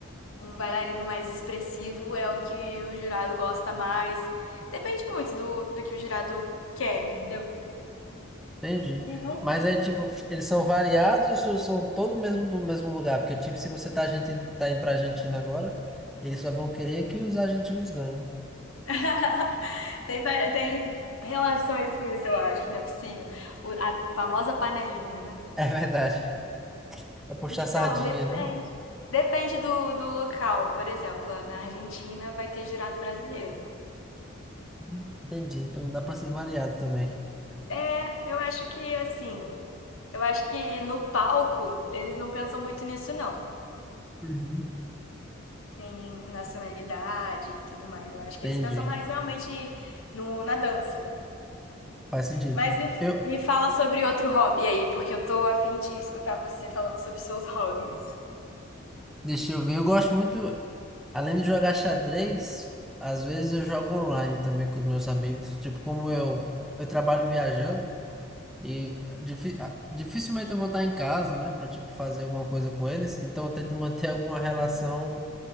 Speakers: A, on the left; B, in the centre.
A: Um bailarino mais expressivo é o que o jurado gosta mais. Depende muito do, do que o jurado quer, entendeu?
B: Entendi.
A: E nunca,
B: Mas é tipo, eles são variados ou são todos mesmo do mesmo lugar? Porque, tipo, se você tá, argentino, tá indo pra Argentina agora, eles só vão querer que os argentinos ganhem. <laughs>
A: <laughs> Tem, pare- tem relações com isso, eu acho, não é possível. O- a famosa panelinha, né?
B: É verdade. Pra puxar
A: Então,
B: sardinha,
A: depende.
B: né?
A: Depende do, do local. Por exemplo, na Argentina vai ter jurado brasileiro.
B: Uhum. Entendi. Então dá pra ser variado também.
A: É, eu acho que assim. Eu acho que no palco eles não pensam muito nisso, não.
B: Uhum.
A: Em nacionalidade e tudo mais. Eu acho que
B: Entendi.
A: eles pensam mais realmente no, na dança.
B: Faz sentido.
A: Mas me,
B: Eu,
A: me fala sobre outro hobby aí, porque eu tô a fim de escutar você falando sobre seus hobbies.
B: deixa eu ver, eu gosto muito, além de jogar xadrez, às vezes eu jogo online também com os meus amigos. Tipo, como eu, eu trabalho viajando. E difi- ah, dificilmente eu vou estar em casa, né, Pra tipo fazer alguma coisa com eles. Então eu tento manter <laughs> alguma relação,